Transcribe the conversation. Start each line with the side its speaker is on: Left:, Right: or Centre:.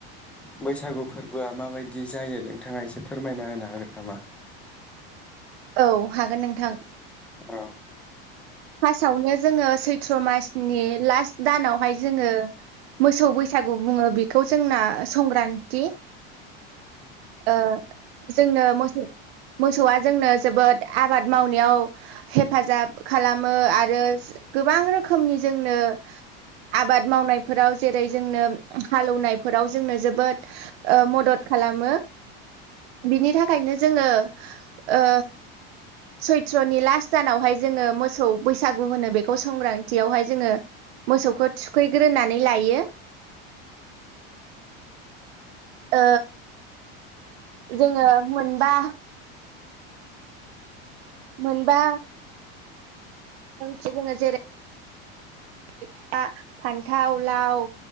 Centre: बैसागु फोरबोआ माबायदि जायो नोंथाङा एसे फोरमायना होनो हागोन नामा?
Right: औ हागोन नोंथां।
Centre: ओह।
Right: फासावनो। जोङो सैथ्र मासनि लास्ट दानावहाय जोङो मोसौ बैसागु बुङो बेखौ जोंना संग्रान्थि ओ जोंनो मोसौ मोसौआ जोंनो जोबोद आबाद मावनायाव हेफाजाब खालाम खालामो आरो गोबां रोखोमनि जोंनो आबाद मावनायफोराव जेरै जोंनो हालेवनायफोराव जोंनो जोबोद ओ मदद खालामो बिनि थाखायनो जोङो ओ सैथ्रनि लास्ट दानावहाय जोङो मोसौ बैसागु होनो बेखौ संग्रानथियावहाय जोङो मोसौखौ थुखैग्रोनानै लायो ओ जोङो मोनबा मोनबा जों जेरै। ए आ फान्थाव लाव